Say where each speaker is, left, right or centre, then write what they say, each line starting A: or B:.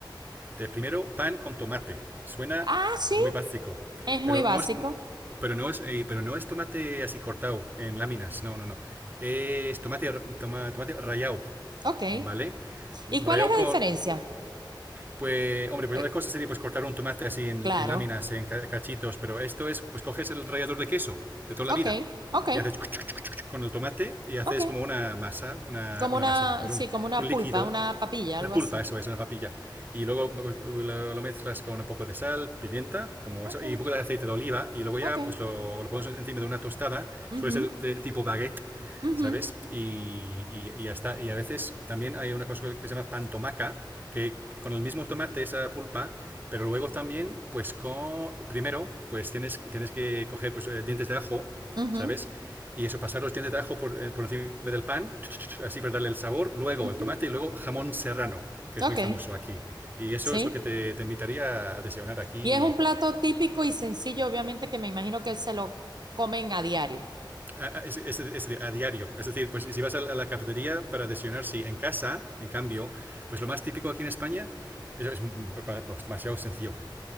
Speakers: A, on the right (about 25°); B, on the right (about 60°).
A: De primero, pan con tomate. Suena
B: Ah, sí,
A: muy básico.
B: Es muy
A: Pero
B: básico.
A: no es. Pero no es, eh, pero no es tomate así cortado en láminas. No, no, no. Es tomate, r- toma- tomate rallado,
B: Ok.
A: ¿vale? Rallado
B: ¿Y cuál es la
A: con
B: diferencia?
A: Pues, hombre, pues
B: Eh,
A: una cosa sería pues cortar un tomate así en,
B: claro.
A: en láminas, en cachitos, pero esto es, pues coges el rallador de queso de toda la
B: Ok,
A: vida
B: ok,
A: y haces con el tomate y haces
B: ok.
A: como una masa, una,
B: Como
A: una
B: una,
A: masa, no, pues
B: sí,
A: un,
B: como una
A: un líquido
B: pulpa, una papilla,
A: una
B: algo
A: pulpa,
B: así.
A: eso es, una papilla. Y luego pues, lo, lo mezclas con un poco de sal, pimienta, como
B: Ok,
A: eso, y un poco de aceite de oliva. Y luego ya
B: ok.
A: pues lo, lo pones encima de una tostada. Suele
B: Ujú,
A: ser de tipo baguette,
B: ujú,
A: ¿sabes? Y, y, y ya está. Y a veces también hay una cosa que se llama pan tomaca, que con el mismo tomate, esa pulpa, pero luego también, pues con, primero, pues tienes, tienes que coger pues, eh, dientes de ajo,
B: ujú,
A: ¿sabes? y eso, pasar los dientes de ajo por, eh, por encima del pan, así para darle el sabor, luego
B: ujú.
A: el tomate y luego jamón serrano, que es
B: Ok,
A: muy famoso aquí. Y eso
B: sí.
A: es lo que te, te invitaría a desayunar aquí
B: Y es un plato típico y sencillo, obviamente, que me imagino que se lo comen a diario.
A: a, a, es, es, a, diario. Es decir, pues si vas a la, cafetería para desayunar, sí, en casa, en cambio, pues lo más típico aquí en España es, es demasiado sencillo.